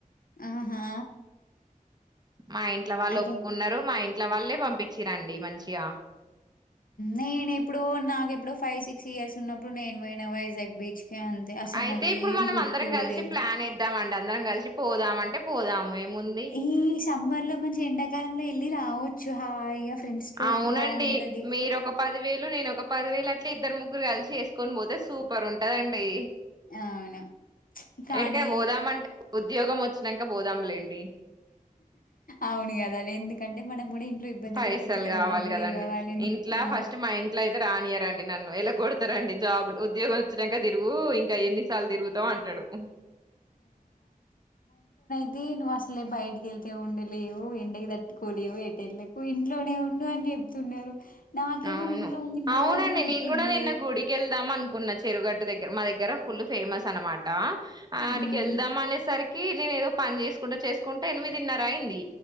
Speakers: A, on the left; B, on the right.
A: ఆహా
B: మా ఇంట్ల వాళ్ళు
A: అయితే
B: ఒప్పుకున్నారు మా ఇంట్ల వాళ్ళే పంపిచి రండి మంచిగా
A: నేను ఎప్పుడో నాకెప్పుడో ఫైవ్ సిక్స్ ఇయర్స్ ఉన్నప్పుడు నేను పోయిన వైజాగ్ బీచ్ కి అంతే అసలు
B: అయితే
A: నాకు
B: ఇప్పుడు
A: ఏం
B: మనం
A: గుర్తు
B: అందరం
A: కూడా
B: కలిసి
A: లేదు
B: ప్లాన్ ఏద్దమండ అందరం కలిసి పోదామంటే పోదాము ఏముంది
A: ఈ సమ్మర్ లో మంచి ఎండాకాలంలో ఎల్లి రావచ్చు హాయిగా ఫ్రెండ్స్ తోటి
B: అవునండి
A: బాగుంటది
B: మీరు ఒక పది వేలు నేను ఒక పది వేలు అట్లా ఇద్దరు ముగ్గురు కలిసి వేసుకొని పోతే సూపర్ ఉంటుంది కదండి
A: అవును కానీ
B: ఎటికే పోదామంటే ఉద్యోగం వచ్చి నంక పోదాంలేండి
A: అవును గద ఎందుకంటే మనం కూడా ఇంట్లో ఇబ్బంది
B: పైసల్
A: పెట్టొద్దు కదా
B: కావాలి
A: డబ్బులు
B: గదండి
A: ఇవ్వవాలని
B: ఇంట్లా
A: ఆ
B: ఫస్ట్ మా ఇంట్ల అయితే రానియరండి నన్ను ఎలగొడ్ తరండి జాబ్లు ఉద్యోగాలు వచినంక తిరుగు ఇంకా ఎన్నిసార్లు తిరుగుతావు అంటడు
A: అదే నువ్వు అసలే బయటికి వెళ్తే ఉండలేవు ఎండకి తట్టుకోలేవు ఎటెళ్ళకు ఇంట్లోనే ఉండు అని చెప్ చెప్తున్నారు నాకేమో
B: అవును
A: ఇంట్లో ఉండి బోర్
B: అవునండి
A: కొడుతుంది
B: నేను కూడా నిన్న గుడికి వెళ్దాం అనుకున్నా చెరువు గట్టు దగ్గర మా దగ్గర ఫుల్ ఫేమస్ అనమాట ఆడికి
A: హ్మ్
B: ఎళ్దాం అనేసరికి కీ నేను ఏదో పని చేసుకుంటా చేసుకుంట ఎనిమిదిన్నర అయింది